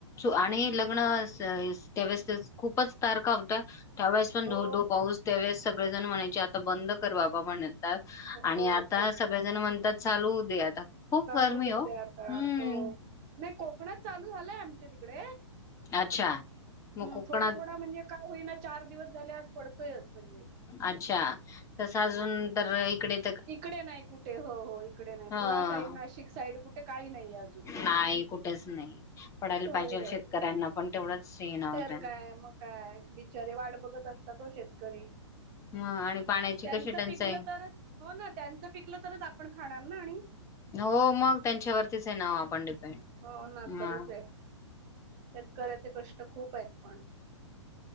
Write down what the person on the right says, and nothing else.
हो
हो
खरं
चालू
द्या
आता हो नाही कोकणात चालू झालंय आमच्या तिकडे
ह
थोडा थोडा म्हणजे काय होईना चार दिवस झाल्यात पडतोयच. म्हणजे.
हां.
इकडे नाही कुठे हो हो इकडे नाही.
पुण्या साईड नाशिक साईड कुठे काही नाही अजूनय
तर होय
होय
तर काय मग काय बिचारे वाट बघत असतात हो शेतकरी.
त्यांचं
पिकलं तरच हो ना त्यां पिकलं तरच आपण खाणार ना आणि
हो ना
खरंच आहे. शेतकऱ्याचे कष्ट खूप आहेत पण.